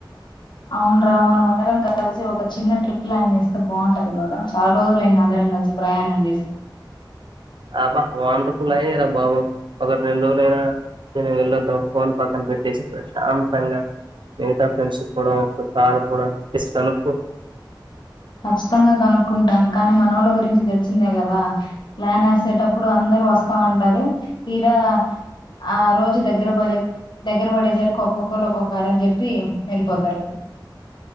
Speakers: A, on the left; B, on the right.
A: అవునరా మనం అందరం కలిసి ఒక చిన్న ట్రిప్ ప్లాన్ చేస్తే బాగుంటది కదా చాలా రోజులు అయింది అందరం కలిసి ప్రయాణం చేసి
B: <unintelligible> <unintelligible> వెళ్ళొద్దాం ఫోన్ పక్కన పెట్టేసి ప్రశాంతంగ మిగతా ఫ్రెండ్స్ కూడ ఒక కార్ కూడ <unintelligible>
A: కచ్చితంగా కనుక్కుంటాను కానీ మనోళ్ళ గురించి తెలిసిందే కదా ప్లాన్ వేసేటప్పుడు అందరు వస్తామంటారు తీరా ఆ రోజు దగ్గర పడే దగ్గర పడేసరికి ఒక్కోక్కలు ఒక్కొ కారనం అని చెప్పి వెళ్ళిపోతారు